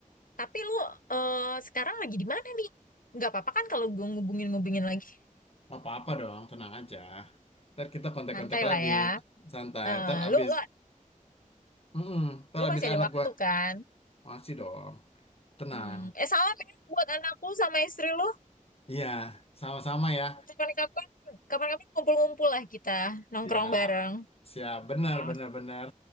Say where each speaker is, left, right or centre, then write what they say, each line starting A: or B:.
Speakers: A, on the left; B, on the left.
A: tapi lu eh, sekarang lagi di mana nih nggak apa-apa kan kalau gue ngubungin-ngubungin lagi
B: apa-apa dong, tenang aja. Ntar kita kontak-kontak
A: santai
B: lagi,
A: lah ya.
B: santai.
A: Eh,
B: Ntar abis,
A: lu, lu,
B: mm ntar
A: lu
B: abis
A: masih ada
B: anak
A: waktu
B: gue
A: kan?
B: masih dong, tenang.
A: Hmm. Eh sama men, buat anakku sama istri lu.
B: Iya, sama-sama ya.
A: Kapan-kapan, kapan-kapan ngumpul-ngumpul lah kita, nongkrong
B: Siap,
A: bareng.
B: siap, benar,
A: Nah, Oke,
B: benar, benar.